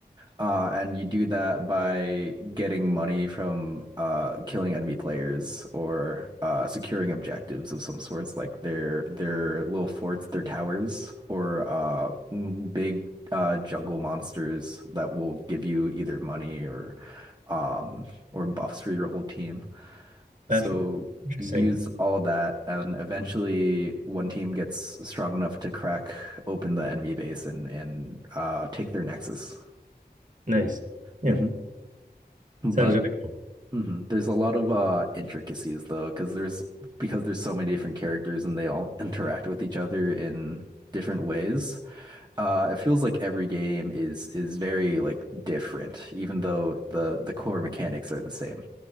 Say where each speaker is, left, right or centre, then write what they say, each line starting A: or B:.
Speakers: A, on the right (about 25°); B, on the right (about 50°).
A: Uh, and you do that by getting money from uh, killing enemy players or uh, securing objectives of some sorts, like their their little forts, their towers, or uh, m- big uh, jungle monsters that will give you either money or um, or buffs for your whole team. So
B: Gotcha. Interesting.
A: use all that, and eventually one team gets strong enough to crack open the enemy base and and uh, take their nexus.
B: Nice. Yeah.
A: hmm But
B: Sounds really cool.
A: hmm There's a lot of uh intricacies though, because there's because there's so many different characters and they all interact with each other in different ways. Uh, it feels like every game is is very like different, even though the the core mechanics are the same.